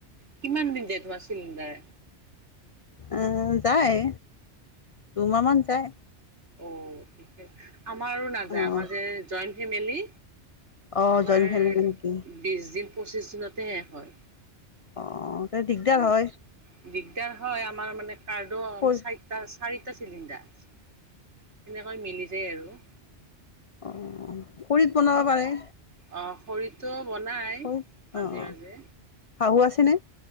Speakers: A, on the right; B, on the left.
A: কিমান দিন যায় তোমাৰ চিলিণ্ডাৰে।
B: অহ' যায় দুমাহ মান যায়।
A: অহ' ঠিকে। আমাৰো নাযায়
B: অঁ
A: আমাৰ যে জইণ্ট ফেমিলি।
B: অ'
A: আমাৰ
B: জইণ্ট ফেমিলি নেকি
A: বিশ দিন পঁচিছ দিনতে শেষ হয়।
B: অ, দিগদাৰ
A: সেনেকে
B: হয়।
A: দিগদাৰ হয় আমাৰ মানে কাৰ্ডো আমাৰ
B: খৰি
A: চাৰিটা চাৰি দুটা চিলিণ্ডাৰ, সেনেকৈ মিলি যায় আৰু
B: অ খৰিত বনাব পাৰে।
A: অ শৰীৰটো বনায়,
B: খৰিত
A: মাজে-মাজে,
B: অ' অ' শাহু আছেনে?